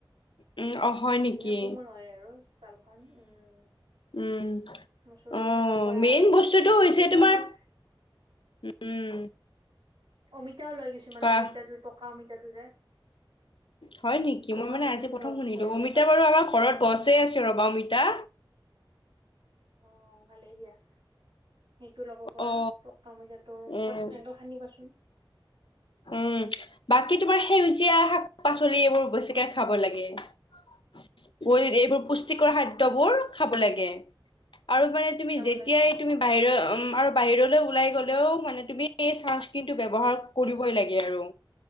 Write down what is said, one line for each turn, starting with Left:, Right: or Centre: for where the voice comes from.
Left: উম অ হয়
Right: মানে
Left: নেকি
Right: ধুনীয়া কোমল হয় আৰু ছালখন উম,
Left: উম
Right: মচৰ
Left: অ
Right: দাইল লব পৰা
Left: মেইন
Right: আৰু
Left: বস্তুটো
Right: পাননে
Left: হৈছে
Right: কিছুমানে
Left: তোমাৰ উম,
Right: অমিতাও লৈ গৈছো মানে
Left: কোৱা
Right: অমিতাটো পকা অমিতাটো যে
Left: হয় নেকি
Right: পকা
Left: মই মানে
Right: অমিতাটো
Left: আজি প্ৰথম
Right: ল'ব
Left: শুনিলো
Right: পৰা
Left: অমিতা
Right: মুখত
Left: বাৰু আমাৰ ঘৰত গছে আছে ৰবা অমিতা।
Right: অ, ভালেই দিয়া। সেইটো ল'ব পৰা
Left: অ
Right: পকা অমিতাটো মুখত
Left: উম
Right: এনেকৈ সানিবাচোন।
Left: উম, বাকী তোমাৰ সেউজীয়া শাক পাচলি এইবোৰ বেছিকে খাব লাগে।
Right: <inaudible>
Left: এইবোৰ
Right: উম
Left: পুষ্টিকৰ খাদ্যবোৰ খাব লাগে আৰু মানে তুমি
Right: খাব
Left: যেতিয়াই
Right: লাগে
Left: তুমি বাহিৰ উম, আৰু বাহিৰলৈ ওলাই গলেও মানে তুমি এই চানস্ক্ৰীণটো ব্যৱহাৰ কৰিবই লাগে আৰু